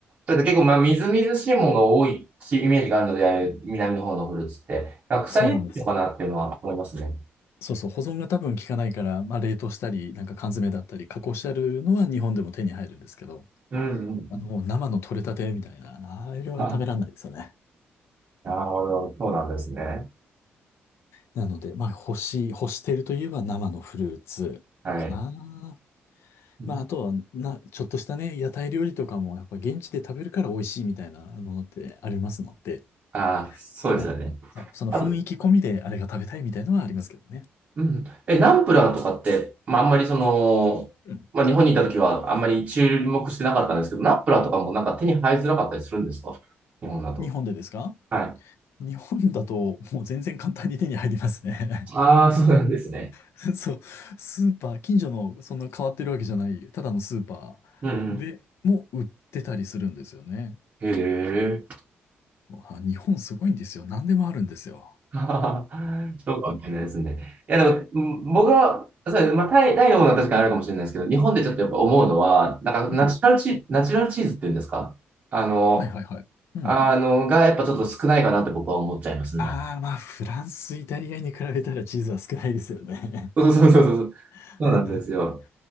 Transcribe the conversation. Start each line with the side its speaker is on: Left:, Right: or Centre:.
Right: ただ結構、まあ、みずみずしいものが多いイメージがあるので、あれ南の方のフルーツって、なんか腐りやすいのかなっていうのは思いますね。
Left: そうなんです。そうそう、保存が多分効かないから、まあ、冷凍したり、なんか缶詰だったり、加工してあるのは日本でも手に入るんですけど、
Right: うんうんうん。
Left: あの、もう生の取れたてみたいな、あれは食べらんないですよね。
Right: あ、なるほど。そうなんですね。
Left: なので、まあ、干し、干しているといえば生のフルーツかな。
Right: はい。うん
Left: まあ、あとは、な、ちょっとしたね、屋台料理とかも、やっぱ現地で食べるから美味しいみたいなものってありますので、
Right: あ、そうですよね。
Left: まあ、そうその雰囲気込みであれが食べたいみたいなのはありますけどね。
Right: あと、うん。え、ナンプラーとかって、まあ、あんまりその、
Left: うん。
Right: まあ、日本にいた時はあんまり注目してなかったんですけど、ナンプラーとかもなんか手に入りづらかったりするんですか日本だと。
Left: 日本でですか
Right: はい。
Left: 日本だと、もう全然簡単に手に入りますね。
Right: ああ、そうなんですね。
Left: <laughs> そう、スーパー、近所のそんな変わってるわけじゃない、ただのスーパーでも売ってたりするんですよね。
Right: うんうんへえ。
Left: あ日本すごいんですよ。何でもあるんですよ。
Right: <laughs> そうかもしれないですね。いや、でも、うん僕は、そうですまあ、タイ、タイのものは確かにあるかもしれないですけど、日本でちょっとやっぱ思うのは、なんか、
Left: うん。
Right: ナチュラルチ、ナチュラルチーズっていうんですかあの、
Left: はいはいはい。うん。
Right: あの、がやっぱちょっと少ないかなって僕は思っちゃいますね。
Left: ああ、まあ、フランス、イタリアに比べたらチーズは少ないですよね。
Right: そうそうそうそう。
Left: <laughs>
Right: そうなんですよ。